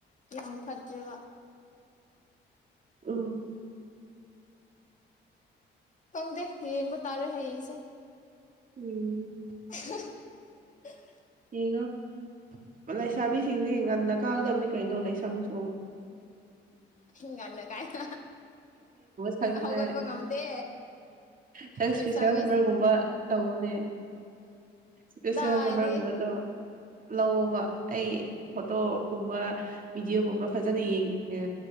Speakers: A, on the left; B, on the right.
A: ꯌꯥꯝ ꯐꯠꯇ꯭ꯔꯦꯕ
B: ꯎꯝ
A: ꯈꯪꯗꯦ ꯌꯦꯡꯕ ꯇꯥꯔꯦ ꯍꯌꯦꯡꯁꯦ
B: ꯎꯝ
A: <unintelligible>
B: ꯉꯣ ꯂꯩꯁꯥꯕꯤꯁꯤꯡꯗꯤ ꯉꯟꯅ ꯀꯥꯒꯗꯕꯅꯤ ꯀꯩꯅꯣ ꯂꯩ ꯁꯪꯖꯣ
A: ꯉꯟꯅ ꯀꯥꯏꯅ
B: ꯁꯛꯅꯤꯡꯉꯥꯏ
A: ꯍꯧꯒꯠꯄ ꯉꯝꯗꯦ
B: ꯅꯪ ꯏꯁꯄꯤꯦꯁꯦꯜ
A: ꯂꯩꯁꯥꯕꯤꯁꯤꯡ
B: ꯅꯝꯕꯔꯒꯨꯝꯕ ꯇꯑꯣꯅꯦ ꯏꯁꯦꯁꯦꯜ
A: ꯗꯥꯏꯗꯤ
B: ꯅꯝꯕꯔꯒꯨꯝꯕꯗꯣ ꯂꯧꯑꯣꯣꯕ ꯑꯩ ꯐꯣꯇꯣꯒꯨꯝꯕ ꯚꯤꯗꯤꯑꯣꯒꯨꯝꯕ ꯐꯖꯅ ꯌꯦꯡꯉ